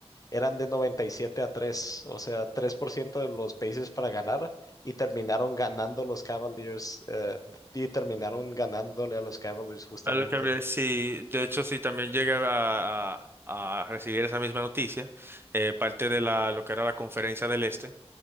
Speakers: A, on the left (about 30°); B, on the right (about 20°).
A: eran de noventa y siete a tres o sea, 3% de los países para ganar y terminaron ganando los Cavaliers eh, y terminaron ganándole a los Cavaliers justamente.
B: A lo que hablé, sí, de hecho, sí, también llega a, a- a recibir esa misma noticia, eh, parte de la, lo que era la conferencia del Este.